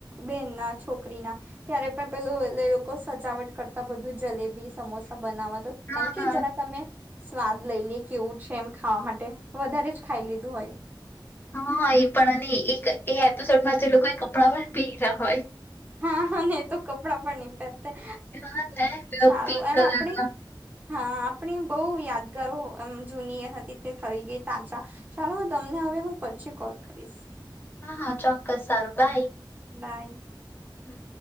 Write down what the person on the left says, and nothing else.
હા
હા
હા એ પણ અને એક એ એપિસોડમાં લોકોએ કપડાં પણ પહેર્યા હોય
હા ને પેલો
પિંક
કલરનો
હા હા ચોક્કસ સારું બાય
હમ